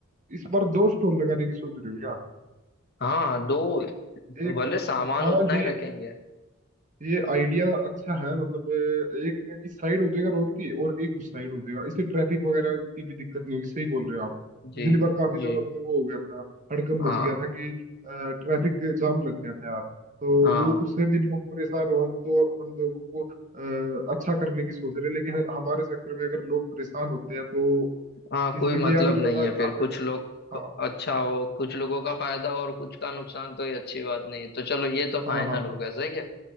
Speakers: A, on the right; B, on the left.
A: इस बार दो स्टोन लगाने की सोच रही हो क्या
B: हाँ दो
A: एक
B: भले सामान
A: हाँ
B: उतना
A: ये
B: ही रखेंगे
A: ये आइडिया अच्छा है मतलब अ, एक इस साइड हो जाएगा रोड की और एक उस साइड हो जाएगा इससे ट्रैफिक वगैरह की भी दिक्कत नहीं होगी सही बोल रहे हो आप
B: जी
A: पिछली बार काफी
B: जी
A: ज्यादा मतलब वो हो गया था हड़कंप
B: हाँ
A: मच गया था कि ट्रैफिक जाम लग गया था यार तो
B: हाँ
A: वो उससे भी लोग परेशान हो हम तो हम लोगों को अ, अच्छा करने की सोच रहे हैं, लेकिन हमारे चक्कर में अगर लोग परेशान होते हैं तो
B: हाँ
A: इसलिए
B: कोई मतलब
A: ये आइडिया
B: नहीं
A: भाई
B: है फिर
A: आपने
B: कुछ लोग
A: हाँ
B: अच्छा हो कुछ लोगों का फायदा हो और कुछ का नुकसान तो ये अच्छी बात नहीं है तो चलो ये तो फाइनल
A: हाँ हाँ हाँ
B: हो गया सही है